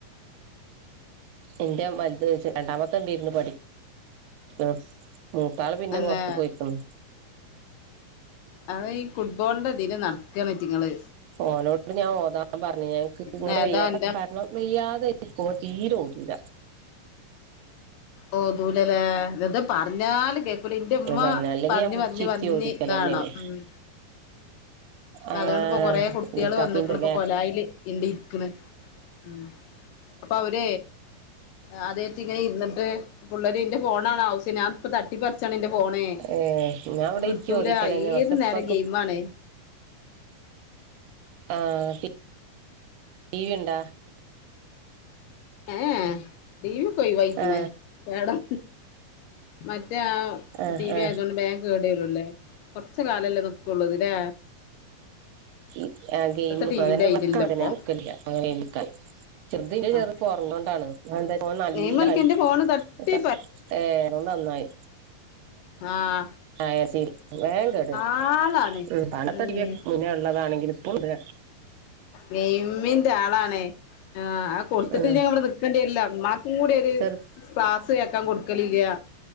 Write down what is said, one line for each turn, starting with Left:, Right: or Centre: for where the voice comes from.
Right: എന്റെ വലു ത് രണ്ടാമത്തെ ഉണ്ട് ഇരുന്നു പഠിക്ക്ണ് മൂത്താള് പിന്നെ
Left: അന്നെ
Right: പുറത്ത്ക് പോയിക്ക്ണ്.
Left: അത ഈ ഫുട്ബോളിന്റെ ദല നടക്കാണ്റ്റിങ്ങള്
Right: ഫോണോട് ഞാൻ ഓതാൻ പറഞ്ഞുഞക്ക് ഇങ്ങനെ
Left: നേതാ
Right: വെയ്യാത്ത
Left: എന്റെ
Right: കാരണം വെയ്യാതെ എക്ക തീരോതല
Left: ഓ ദൂലല്ലേ നിത് പറഞ്ഞാല് കേ അല എന്റെമ്മ
Right: അതന്നെ അല്ലെങ്കിൽ
Left: പറഞ്ഞ
Right: ഞാൻ പിടിച്ചിരുത്തി
Left: പറന്ന വന്നിതാണോ
Right: ഓതിക്കലന്നെയാണ്
Left: ഉ അപ്പ
Right: ആ
Left: അതുകൊണ്ട്ിപ്പോൊ കൊറെ കുട്ടികള്
Right: ഇക്കാക്കിണ്ട്ല്ലേ
Left: വന്നക്കണ ഇപ്പ കൊലായില് ഇണ്ട് ഇരിക്കണ് ഉ അപ്പൊ അവര അതേച്ചി ഇങ്ങനെ ഇന്നിട്ട് പള്ളര് എന്റെ ഫോണാണ് ആവശ്യനപ്പ തട്ടിപ്പിച്ചാണ് എന്റെ പോണേ
Right: ഏ ഞാൻ ഇവിടെ
Left: വിട്ടൂല
Right: ഇരുത്തി ഓതിക്കലന്നെ
Left: ഏത്
Right: പക്ഷെ ഇപ്പക്ക്
Left: നേരം ഗെയിം ആണ
Right: ആഹ് ടീ ടീവിണ്ടോ <unintelligible>
Left: ഏ ടീവിയൊക്കെ ഒഴിവായിക്കണ്
Right: ആ
Left: കേടം മ റ്റെ ആ
Right: ആ
Left: ടി വി
Right: ആ
Left: ആയതോണ്ട് ബേം കേടരൂല്ലേ കൊറച്ച് കാലല്ലേ നിക്കൊള്ളൂ അതല്ലേ
Right: ഉം ആ ഗെയിം
Left: ടിവിന്റെ
Right: അതന്നെ <unintelligible>
Left: ഇതില്ല ഇപ്പൊ
Right: ഞാന് വെക്കലില്ല ആ <unintelligible> ചെറുതിന് <unintelligible>
Left: ആ
Right: ഒറ്ന്നോണ്ടാണ് അയെന്താ ഓ നല്ലായി
Left: ഗെയിംകളിക്ക എന്റെ ഫോണ് തട്ടി
Right: ഒക്കെ ഏ ഏറോണ്ട് നന്നായി
Left: ആഹ്
Right: ആയെ ശരി വേം കേടരും
Left: ആളാണ്
Right: ഉം <unintelligible>
Left: ഉം
Right: മുന്നേള്ള താണെങ്കിലും ഇപ്പോളുണ്ട്
Left: നെയ്മിന്റെ ആളണേ ആ അത് കൊടുത്തിട്ട്ല്ലെ
Right: ഉം
Left: ഇന്നാ ഇവിടെ നിക്കണ്ടിവരില്ല ഇമ്മാക്കൂടി ഒരു
Right: ചെറു
Left: ക്ലാസ് കേക്കാൻ കൊടു ക്കലില്ല